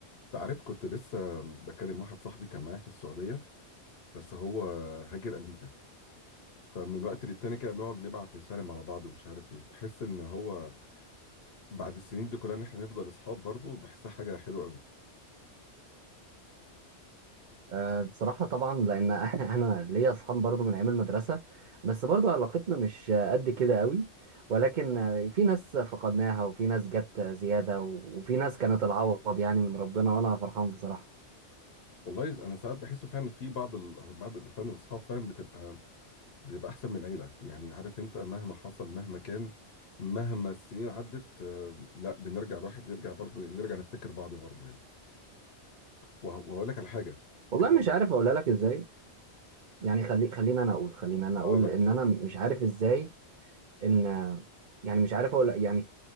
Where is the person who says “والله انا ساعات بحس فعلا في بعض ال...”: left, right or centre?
Left